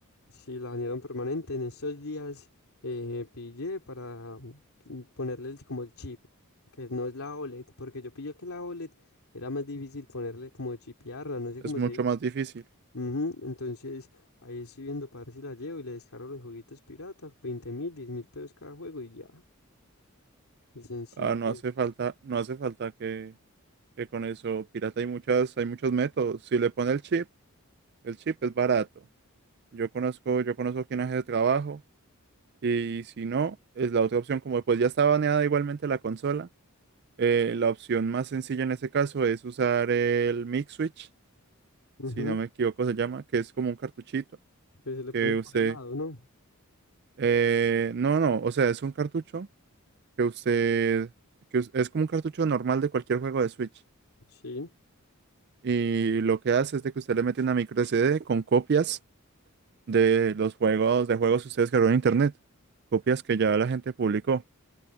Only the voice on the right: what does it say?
Es
mucho
más difícil.
Ah, no hace falta, no hace falta que, que con eso pirata hay muchas, hay muchos métodos. Si le pone el chip, el chip es barato. Yo conozco, yo conozco quién hace el trabajo y si no, es la otra opción. Como pues ya está baneada igualmente la consola, eh, la opción más sencilla en ese caso es usar el Mix Switch
si no me equivoco se llama, que es como un cartuchito.
que
usted,
eh, no, no, o sea, es un cartucho que usted, que us- es como un cartucho normal de cualquier juego de Switch.
Y lo que hace es de que usted le mete una micro SD con copias de los juegos, de juegos que usted descargó en internet, copias que ya la gente publicó.